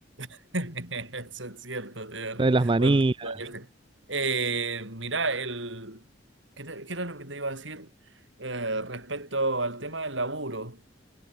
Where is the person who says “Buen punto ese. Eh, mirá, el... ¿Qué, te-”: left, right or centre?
Right